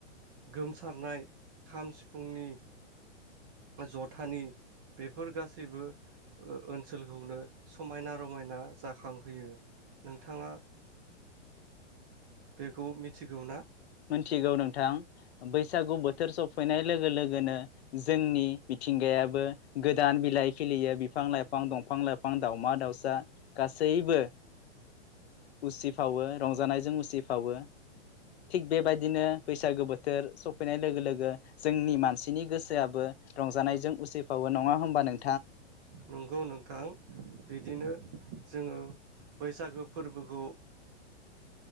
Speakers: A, on the right (about 20°); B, on the left (about 60°).
A: गोमसारनाय खाम सिफुंनि जथानि बेफोर गासैबो ओनसोलखौनो समायना रमायना जाखांहोयो नोंथाङा बेखौ मिथिगौ ना
B: मोनथिगौ नोंथां बैसागु बोथ थोर सफैनाय लोगो लोगोनो जोंनि मिथिंगायाबो गोदान बिलाइ खिलियो बिफां लाइफां दंफां लाइफां दाावमा दाावसा गासैबो उसिफावो रंजानायजों उसि फावो थिग बेबायदिनो बैसागो बोथोर सफैनाय लोगो लोगो जोंनि मानसिनि गोसोआबो रंजानायजों उसिफावो नङा होमबा नों
A: नंगौ नोंथां बिदिनो जोङो बैसागो फोरबोखौ